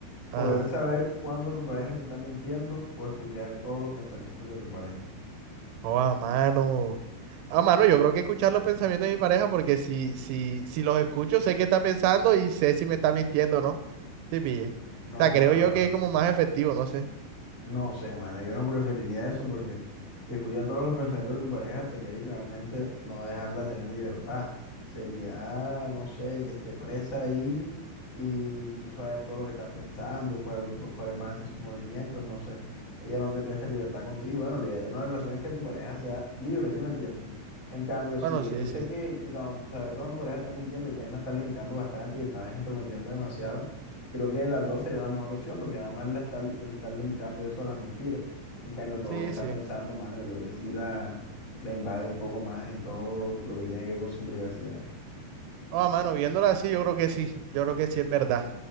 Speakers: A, on the right; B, on the left.
A: Ah,
B: ¿Poder saber cuándo tu pareja te está mintiendo o escuchar todos los pensamientos de tu pareja?
A: oh, a mano. Ah, mano, yo creo que escuchar los pensamientos de mi pareja, porque si, si, si los escucho, sé qué está pensando y sé si me está mintiendo o no. Sí, pilla.
B: No,
A: O sea, creo
B: ah,
A: yo
B: mano,
A: que es como más efectivo, no sé.
B: No sé, mano, yo no preferiría eso porque si escuchas todos los pensamientos de tu pareja sería literalmente no dejarla tener libertad. Sería, no sé, que esté presa ahí y tú saber todo lo que está pensando, cuál- cuáles van a ser sus movimientos, no sé. Ella no tendría esa libertad contigo. Bueno, la idea de una relación es que tu pareja sea libre, ¿sí me entiendes? En cambio, si
A: Bueno,
B: bien
A: sí,
B: yo sé
A: sí.
B: que, que cuando- saber cuando tu pareja está mintiendo y también la estás limitando bastante y te estás intrometiendo demasiado, Creo que las dos sería la mejor opción porque nada más la estás, le estás limitando eso a las mentiras. En cambio, todo
A: Sí,
B: lo que está
A: sí.
B: pensando, mano, yo creo que sí la, la invade un poco más en todo lo que tiene que ver con su privacidad.
A: Ah, mano, viéndolo así, yo creo que sí. Yo creo que sí es verdad.